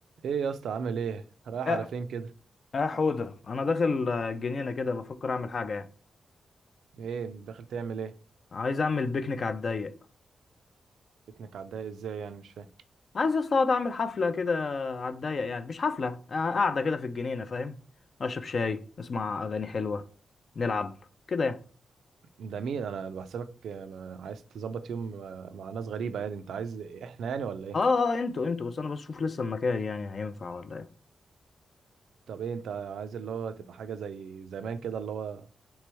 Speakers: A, on the right (about 85°); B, on the left (about 40°).
A: ايه يا اسطى عامل ايه رايح
B: اه
A: على فين كده
B: اه حوده انا داخل آه، الجنينه كده بفكر اعمل حاجه يعني
A: ايه داخل تعمل ايه
B: عايز اعمل بيكنيك على الضيق
A: بيكنيك عداها ازاي يعني مش فاهم
B: عايز اصلا اقعد اعمل حفله كده على الضيق يعني مش حفله آه، قاعده كده في الجنينه فاهم اشرب شاي اسمع اغاني حلوه نلعب كده يعني
A: ده مين انا بحسبك آه، ما- عايز تظبط يوم آه، مع ناس غريبه يعني انت عايز احنا يعني ولا ايه
B: اه اه اه، انتوا انتوا بس انا بشوف لسه المكان يعني هينفع ولا ايه
A: طب ايه انت عايز اللي هو تبقى حاجه زي زمان كده اللي هو